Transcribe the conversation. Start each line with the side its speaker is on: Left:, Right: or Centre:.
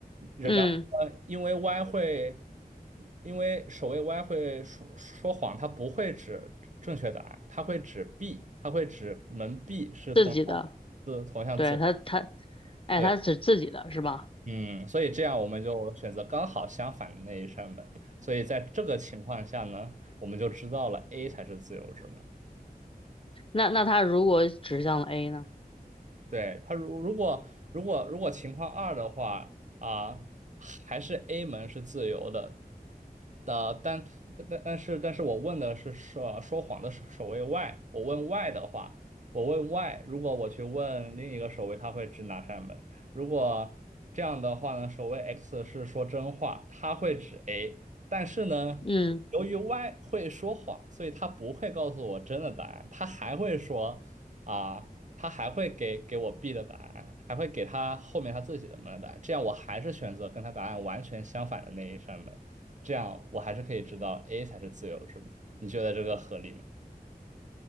Right: 然然后呢，
Left: 嗯，
Right: 因为 Y 会，因为守卫 Y 会说说谎，它不会指正确答案，它会指 B，它会指门 B 是同向字同向自由。
Left: 自己的，对他他，哎，
Right: 对，
Left: 他指自己的是吧？
Right: 嗯，所以这样我们就选择刚好相反的那一扇门。所以在这个情况下呢，我们就知道了 A 才是自由之门。
Left: 那那他如果指向了 A 呢？
Right: 对，它如如果如果如果情况二的话啊，还是 A 门是自由的，的，但但但但是，但是我问的是说说谎的守守卫 Y，我问 Y 的话，我问 Y，如果我去问另一个守卫，他会指哪扇门？如果这样的话呢，守卫 X 是说真话，他会指 A，但是呢，
Left: 嗯，
Right: 由于 Y 会说谎，所以他不会告诉我真的答案，他还会说啊，他还会给给我 B 的答案，还会给他后面他自己的门的答案，这样我还是选择跟他答案完全相反的那一扇门。这样我还是可以知道 A 才是自由之门。你觉得这个合理吗？